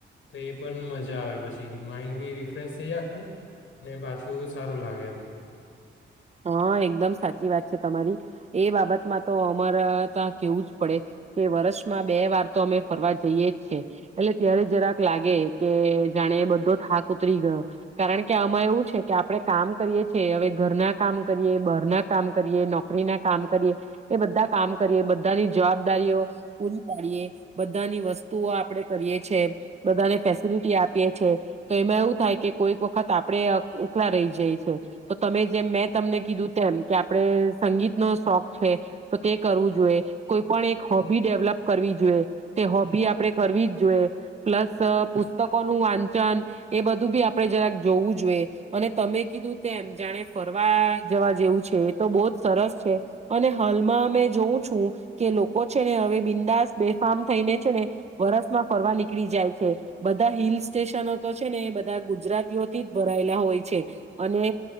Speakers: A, on the left; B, on the right.
A: તો એ પણ મજા આવે પછી જેી માઇન્ડ બ રિફ્રેેશ થઈ જ આખું ને પાછું સારું લાગે એમ
B: હા એકદમ સાચી વાત છે તમારી એ બાબતમાં તો અમારા ત્યા કેવું જ પડે કે વર્ષમાં બે વાર તો અમે ફરવા જઈએ જ છે એટલે ત્યારે જરાક લાગે કે જાણે બધો થાક ઉતરી ગયો કારણ કે કે આમાં એવું છે કે આપડણે કામ કરીએ છીએ હવે ઘરના કામ કરીએ બહાર ના કામ કરીએ નોકરી ના કામ એ બધા કામ કરીએ બધાની જવાબદારીઓ પૂરી પાડીએ બધાની વસ્તુઓ આપડે કરીએ છે બધાને ફેસિલટી આપીએ છે તો એમાં એવું થાય કે કોઈ વખત આપણે એકલા રહી જાય છે તો તમે જેમ મેં તમને કીધું તેમ કે આપણે સંગીતનોો શોખ છે તો તે કરવું જોઈએ કોઈ પણ એક હોબી ડેવલપ કરવી જોઈએ તે હોબી આપણેે કરવી જ જોઈએ પ્લસ પુસ્તકોનુંું વાંચન એ બધું બી આપડણે જરા જોવું જોઈએ અને તમે કીધું તેમ જાણે ફરવા જવા જેવું છે એ તો બહુ જ સરસ છે અને હ એ અ જોઉં છું કે લોકો છે ને હવે બિંદાસ બેફામ થઈને છે ને વરસમાં ફરવા નીકળી જાય છે બધા હિલ સ્ટેશનો તો છે ને બધા ગુજરાતીઓ થી ભરાયેલા હોય છે અને